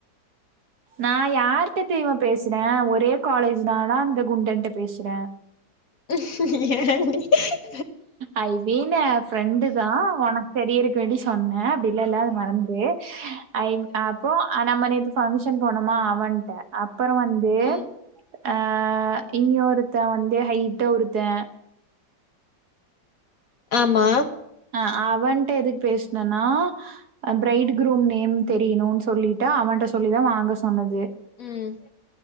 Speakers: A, on the right; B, on the left.
A: நான் யார்ட்ட தெரியுமா பேசுற ஒரே காலேஜ்தா அந்த குண்டன்ட்ட பேசுற
B: என்
A: அஐவேனு ஃப்ரெண்டுதா உனக்கு தெரியருக்க வேண்டி சொன்னே அப்படிலல்லது மறந்து ஐ அப்போ ஆ நம்ம நேத்து பங்க்ஷன் போனோமா அவன்ட்ட அப்பற வந்து
B: ம்
A: அ இன்யு ஒருத்த வந்து ஹைட்டா ஒருத்த
B: ஆமா
A: அ அவன்ட்ட எதுக் பேசுனனா பிரைட் க்ரூம் நேம் தெரியணுன் சொல்லிட்டு அவன்ட்ட சொல்லிதா வாங்க சொன்னது
B: ம்